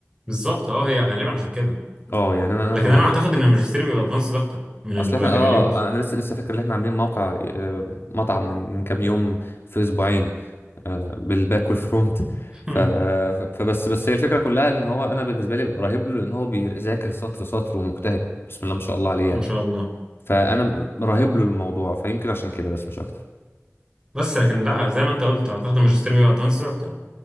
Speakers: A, on the right; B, on the left.
A: بالظبط اه هي غالبا عشان كده
B: اه يعني انا
A: لكن
B: انا بو...
A: انا اعتقد ان الماجستير بيبقى ادفانسد اكتر من البكالوريوس
B: اصل احنا اه انا لسه لسه فاكر ان احنا عاملين موقع آه، مطعم من من كام يوم في اسبوعين آه، بالباك والفرونت
A: <laughs>
B: ف... ف- فبس بس هي الفكره كلها ان هو انا بالنسبه لي رهيب له لان هو بيذاكر سطر سطر ومجتهد بسم الله ما شاء الله عليه يعني
A: ما شاء الله
B: فانا رهيب له الموضوع فيمكن عشان كده بس مش اكتر
A: بس لكن لا زي ما انت قلت اعتقد الماجستير بيبقى ادفانسد اكتر